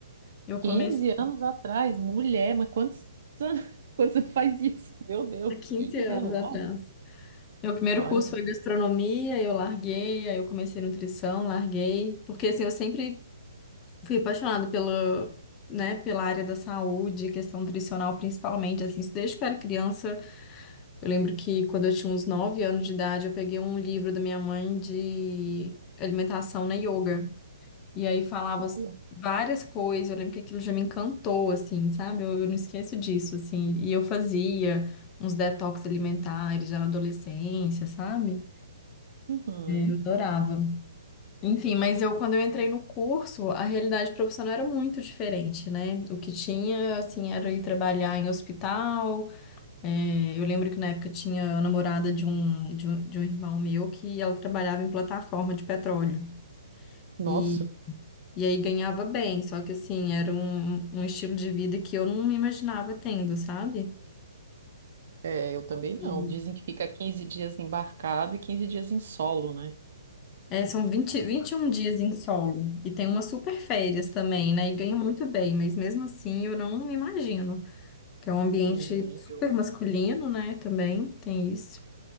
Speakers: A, on the left; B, on the right.
A: Eu comecei
B: 15 anos atrás, mulher, mas quantos anos, <laughs> quantos anos faz isso? Meu Deus,
A: há 15
B: 15
A: anos
B: anos,
A: atrás.
B: uau!
A: Meu primeiro
B: Olha,
A: curso foi gastronomia, eu larguei, aí eu comecei nutrição, larguei, porque assim, eu sempre Fui apaixonada pela, né, pela área da saúde, questão nutricional principalmente, assim, isso desde que eu era criança. Eu lembro que quando eu tinha uns 9 anos de idade, eu peguei um livro da minha mãe de alimentação na yoga. E aí falava
B: olha.
A: s- várias coisas, eu lembro que aquilo já me encantou, assim, sabe? Eu, eu não esqueço disso, assim. E eu fazia uns detox alimentares já na adolescência, sabe?
B: Uhum.
A: Eu adorava. Enfim, mas eu quando eu entrei no curso, a realidade profissional era muito diferente, né? O que tinha, assim, era ir trabalhar em hospital. É, eu lembro que na época tinha a namorada de um, de um, de um irmão meu que ela trabalhava em plataforma de petróleo.
B: Nossa,
A: E, e aí ganhava bem, só que assim, era um, um estilo de vida que eu não me imaginava tendo, sabe?
B: é, eu também
A: E,
B: não. Dizem que fica 15 dias embarcado e 15 dias em solo, né?
A: é, são vinte, vinte e um dias em solo. E tem umas super férias também, né? E ganha muito bem, mas mesmo assim eu não me imagino. que é um ambiente
B: Hum, Nem
A: super masculino, né? Também tem isso.